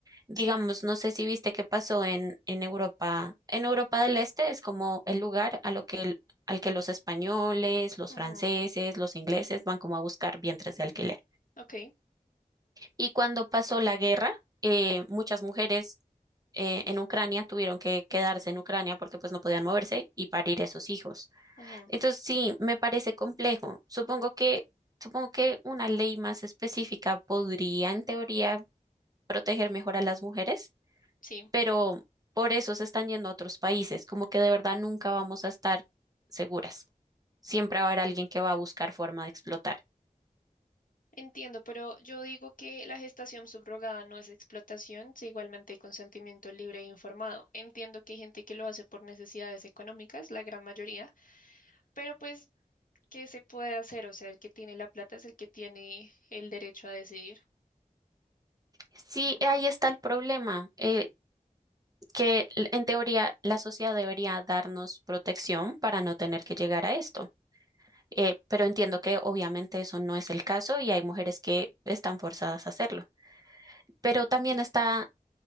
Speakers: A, on the right; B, on the left.
A: Digamos,
B: Sí.
A: no sé si viste qué pasó en, en Europa. En Europa del Este es como el lugar a lo que el- al que los españoles, los
B: ujú,
A: franceses, los ingleses van como a buscar vientres de alquiler.
B: Ok.
A: Y cuando pasó la guerra, eh, muchas mujeres eh, en Ucrania tuvieron que quedarse en Ucrania porque pues no podían moverse y parir esos hijos.
B: ujú,
A: Entonces sí, me parece complejo. Supongo que, supongo que una ley más específica podría en teoría proteger mejor a las mujeres,
B: Sí.
A: pero por eso se están yendo a otros países, como que de verdad nunca vamos a estar seguras. Siempre va a haber alguien que va a buscar forma de explotar.
B: Entiendo, pero yo digo que la gestación subrogada no es explotación, si igualmente hay consentimiento libre e informado. Entiendo que hay gente que lo hace por necesidades económicas, la gran mayoría, pero pues, ¿qué se puede hacer? O sea, el que tiene la plata es el que tiene el derecho a decidir.
A: Sí, ahí está el problema. Eh, que l- en teoría la sociedad debería darnos protección para no tener que llegar a esto. Eh, pero entiendo que obviamente eso no es el caso y hay mujeres que están forzadas a hacerlo. Pero también está